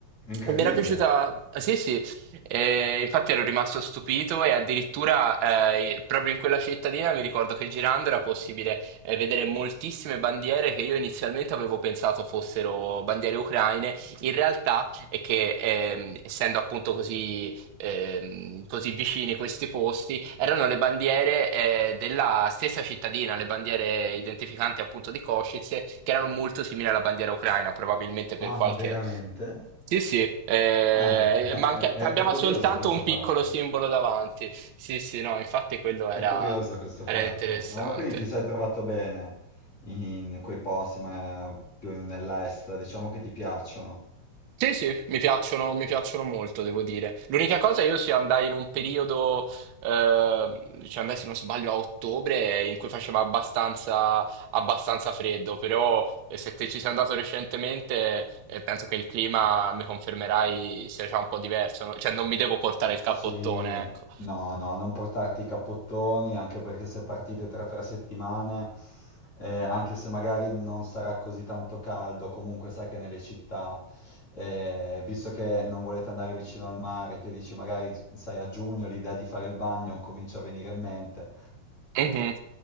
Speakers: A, on the left (about 25°); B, on the right (about 60°).
A: incredibile.
B: mi era piaciuta, sì, sì, eh, infatti ero rimasto stupito e addirittura eh, proprio in quella cittadina mi ricordo che girando era possibile eh, vedere moltissime bandiere che io inizialmente avevo pensato fossero bandiere ucraine. In realtà e che ehm, essendo appunto così, ehm, così vicini questi posti, erano le bandiere eh, della stessa cittadina, le bandiere identificanti appunto di Kosice, che erano molto simili alla bandiera ucraina, probabilmente per
A: Ah,
B: qualche...
A: ma veramente?
B: Sì, sì, eh,
A: Ah, è, <laughs> è-
B: manca-
A: è-
B: cambiava
A: è curioso
B: soltanto
A: questo
B: un
A: fatto.
B: piccolo simbolo davanti. Sì, sì, no, infatti quello
A: È
B: era
A: curioso questo fatto.
B: era interessante.
A: Ah, ma quindi ti sei trovato bene in quei posti, ma più nell'est, diciamo che ti piacciono.
B: Sì, sì, mi piacciono, mi piacciono molto, devo dire. L'unica cosa, io sì, andai in un periodo, ehm, cioè andai se non sbaglio a ottobre, in cui faceva abbastanza, abbastanza freddo, però eh, se te ci sei andato recentemente, eh, penso che il clima, mi confermerai, sia già un po' diverso, no? Cioè non mi devo portare il
A: Sì,
B: cappottone, ecco.
A: no, no, non portarti i cappottoni, anche perché se partite tra tre settimane, eh, anche se magari non sarà così tanto caldo, comunque sai che nelle città, eh, visto che non volete andare vicino al mare, che dici magari, sai, a giugno l'idea di fare il bagno comincia a venire in mente.
B: Mhm.